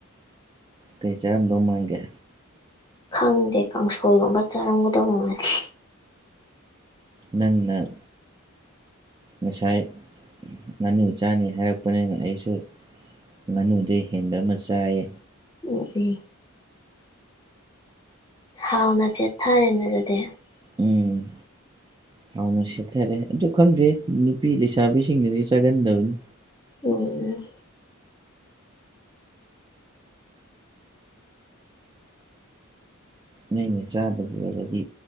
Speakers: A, on the right; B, on the left.
A: ꯀꯩ ꯆꯥꯔꯝꯗꯧ ꯃꯥꯡꯒꯦ
B: ꯈꯪꯗꯦ ꯀꯥꯡꯁꯣꯏꯒꯨꯝꯕ ꯆꯥꯔꯝꯒꯗꯕ ꯃ ꯃꯥꯜꯂꯤ
A: ꯅꯪꯅꯪ ꯉꯁꯥꯏ ꯉꯥꯅꯨ ꯏꯆꯥꯅꯤ ꯍꯥꯏꯔꯛꯄꯅꯤꯅ ꯑꯩꯁꯨ ꯉꯥꯅꯨꯗꯤ ꯍꯦꯟꯕ ꯑꯃ ꯆꯥꯏꯌꯦ
B: ꯎꯝ ꯎꯝ ꯍꯥꯎꯅ ꯆꯦꯊꯔꯦꯅ ꯑꯗꯨꯗꯤ <unintelligible>
A: ꯎꯝ ꯍꯥꯎꯅ ꯁꯦꯠꯊꯔꯦ ꯑꯗꯨ ꯈꯪꯗꯦ ꯅꯨꯄꯤ ꯂꯩꯁꯥꯕꯤꯁꯤꯡꯅꯗꯤ ꯆꯥꯒꯟꯗꯕꯅꯤ
B: ꯎꯝ
A: ꯅꯅꯦ ꯆꯥꯗꯕ ꯑꯣꯏꯔꯗꯤ